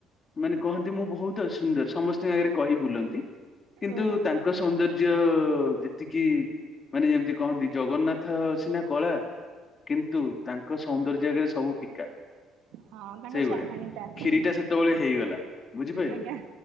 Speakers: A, on the left (about 30°); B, on the right (about 85°).
A: ମାନେ କହନ୍ତି ମୁଁ ବହୁତ୍ ସୁନ୍ଦର ସମସ୍ତଙ୍କ ଆଗରେ କହି ବୁଲନ୍ତି। କିନ୍ତୁ
B: ଓହୋ
A: ତାଙ୍କ ସୌନ୍ଦର୍ଯ୍ୟ ଯେତିକି ମାନେ ଯେମିତି କହନ୍ତି ଜଗନ୍ନାଥ ସିନା କଳା କିନ୍ତୁ ତାଙ୍କ ସୌନ୍ଦର୍ଯ୍ୟ ଆଗରେ ସବୁ ଫିକା।
B: ହଁ ତାଙ୍କ
A: ସେଇଭଳିଆ
B: ଚାହାଣୀଟା
A: କ୍ଷିରି ଟା ସେତେବେଳେ ହେଇଗଲା ବୁଝିପାଇଲେ।
B: ଆଜ୍ଞା